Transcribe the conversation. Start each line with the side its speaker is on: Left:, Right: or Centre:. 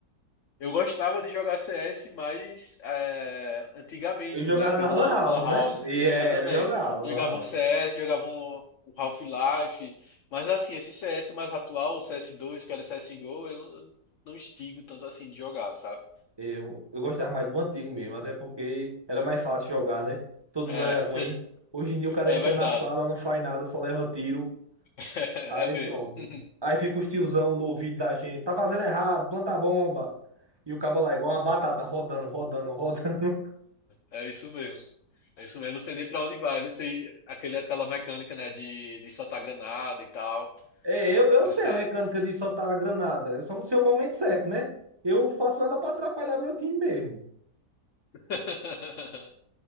Left: Eu gostava de jogar CS mas é, antigamente,
Right: Eu jogava
Left: na época
Right: na
Left: de
Right: Lan
Left: Lan,
Right: House,
Left: da Lan House.
Right: né? E
Left: Eu,
Right: era,
Left: eu também.
Right: eu jogava na
Left: Jogava
Right: Lan House.
Left: um CS, jogava um, um Half-Life. Mas assim, esse CS mais atual, o CS2, que era CSGO, eu não, eu não instigo tanto assim de jogar, sabe?
Right: Eu, eu gostava mais do antigo mesmo, até porque era mais fácil jogar, né? Todo
Left: É,
Right: mundo era ruim. Hoje em dia
Left: <laughs>
Right: o cara
Left: é
Right: entra
Left: verdade.
Right: na sala, não faz nada, só leva tiro.
Left: <laughs>
Right: Aí
Left: É mesmo.
Right: pronto.
Left: <laughs>
Right: Aí fica os tiozão no ouvido da gente. Tá fazendo errado, planta a bomba. E o cabo lá, é igual uma batata, rodando, rodando, rodando.
Left: É isso mesmo. É isso mesmo, eu não sei nem pra onde vai, eu não sei aquele, aquela mecânica, né, de, de soltar granada e tal.
Right: É, eu, eu
Left: Eu
Right: sei
Left: não sei.
Right: a mecânica de soltar a granada. Eu só não sei o momento certo, né? Eu faço ela para atrapalhar meu time mesmo.
Left: <laughs>